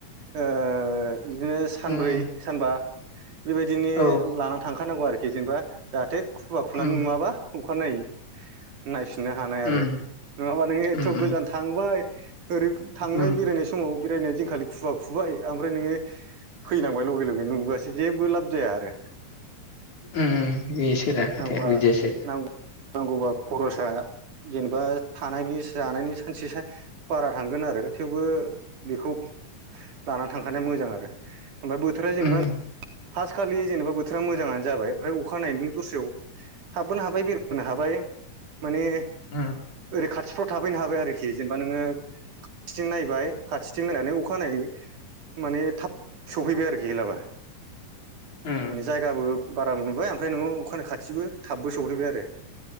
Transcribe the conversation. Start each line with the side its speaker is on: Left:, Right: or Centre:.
Right: ओ बिदिनो सानब्रै
Left: उम
Right: सानबा बेबायदिनो
Left: औ
Right: लानानै थांखानांगौ आरोखि। दे जेनबा जाहाथे खुुवा खुनानै
Left: उम
Right: नुवाबा अखानायै नाय सनो हानाय आरो
Left: उम
Right: नङाबा नोङो एथ'
Left: उम
Right: गोजान
Left: उम
Right: थांबाय ओरै थांनाय
Left: उम
Right: बेरायनाय बेरायनाय दिनखालि खुुवा खुबाय ओमफ्राय नोङो फैनांबाय लगे लगे नुबोआसै जेबो लाब जाया आरो।
Left: उम बेसो दा खोथाया
Right: नांबा
Left: बिदियासो
Right: नांगौ नांगौबा खरसा जेनेबा थानायनि जानायनि सानसे सानसे बारा थांगोन आरो थेवबो बेखौ ला थांखानाया मोजां आरो। ओमफ्राय बोथोरा जेनेबा
Left: उम
Right: फार्स्ट खालि जेनेबा बोथोरा मोजाङानो जाबाय ओमफ्राय अखानायै नों दस्रायाव हाबबोनो हाबाय बे बेरायबोनो हाबाय। माने
Left: उम
Right: ओरै खाथिफ्राव थाफैनो हाबाय आरोखि जेनेबा नोङो खाथिथिं नायबाय खाथिथिं नायनानै अखानायै माने थाब सफैबाय आरोखि हेलाबा
Left: उम
Right: <inaudible> मानि जायगाबो। बाराबो नुबाय ओमफ्राय नों अखानि खा इथिबो थाबबो सौहैबाय आरो।